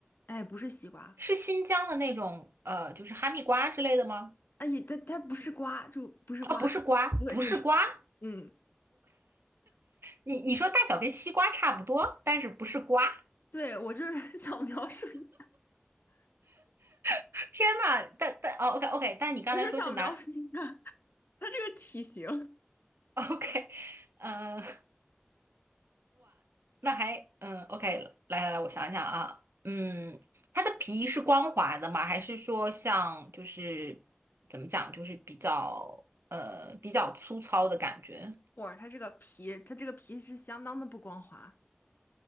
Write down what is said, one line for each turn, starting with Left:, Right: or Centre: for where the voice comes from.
Left: 哎，不是西瓜，
Right: 是新疆的那种呃，就是哈密瓜之类的吗？
Left: 哎，也它它不是瓜，就不是瓜，
Right: 啊，不是瓜，
Left: 对对
Right: 不是瓜，
Left: 嗯，
Right: 你你说大小跟西瓜差不多，但是不是瓜。
Left: 对，我就是 <laughs> 想描述一下，
Right: <laughs> 天呐，但但哦，OK OK，但你刚才说是南
Left: 我就是想描述一下它这个体型，
Right: <laughs> OK，嗯、那还嗯，OK，来来来，我想一想啊，嗯，它的皮是光滑的吗？还是说像就是怎么讲，就是比较呃比较粗糙的感觉
Left: 哇，它这个皮，它这个皮是相当的不光滑